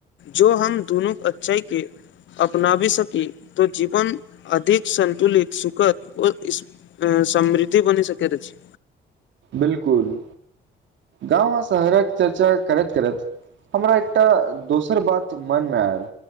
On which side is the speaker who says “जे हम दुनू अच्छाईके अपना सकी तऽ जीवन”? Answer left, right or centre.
Left